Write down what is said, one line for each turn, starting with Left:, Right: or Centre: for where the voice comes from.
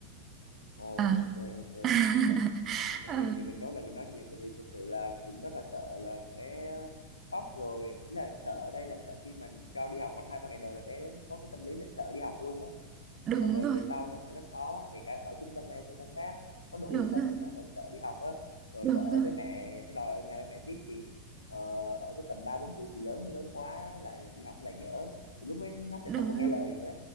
Left: ồ
Right: à
Left: ok ok
Right: <laughs>
Left: Về cái
Right: Ờ,
Left: này để mình nói là mình nói về tại vì thật sự là cũng rất là sợ là bé khóc rồi ý là sợ ở đây là sợ khi mình cho đi học khoảng hai ba ngày đầu là bé có cái tâm lý là sợ đi học luôn á
Right: đúng
Left: xong rồi
Right: rồi
Left: về sau nó sẽ rất khó kể cả ở trung tâm này hay trung tâm khác có đổi
Right: đúng
Left: trung tâm
Right: rồi
Left: thì nó vẫn sợ đi học á rồi
Right: đúng
Left: sợ ở
Right: rồi
Left: với mẹ nó đòi ở nhà với mẹ tiếp thì ờ, ở tới tầm ba bốn tuổi thì lớn lớn quá lại là đi học lại dở thì lúc ấy nó sẽ
Right: đúng
Left: không còn nghe
Right: rồi
Left: lời nữa